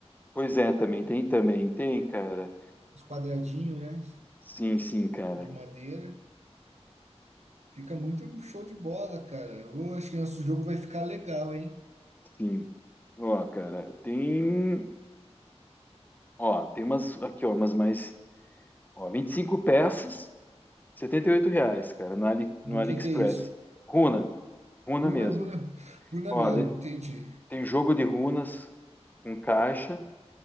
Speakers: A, on the left; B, on the right.
A: Pois é, também tem, também tem, cara.
B: Os quadradinhos, né?
A: Sim, sim, cara.
B: De madeira. Fica muito um show de bola, cara. Eu acho que nosso jogo vai ficar legal, hein?
A: Sim. Ó, cara, tem, ó, tem umas aqui, ó, umas mais Ó, 25 peças, 78 reais, cara, no, Ali, no
B: Do
A: AliExpress.
B: que que é isso?
A: Runa, runa
B: Runa,
A: mesmo.
B: runa, runa
A: Ó,
B: mesmo,
A: de-
B: entendi.
A: tem jogo de runas com caixa,